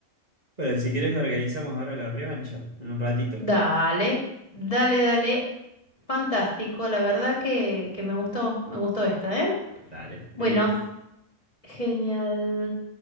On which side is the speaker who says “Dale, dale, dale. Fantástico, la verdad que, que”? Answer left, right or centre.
Left